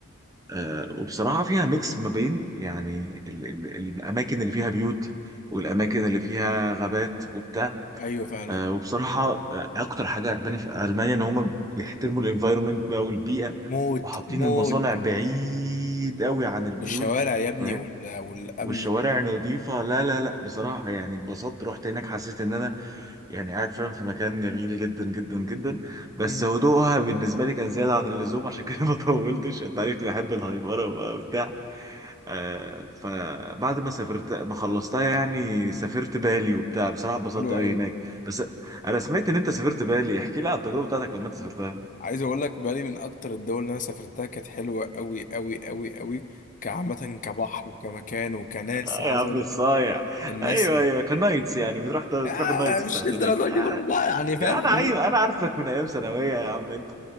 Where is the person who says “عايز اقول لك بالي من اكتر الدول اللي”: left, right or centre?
Left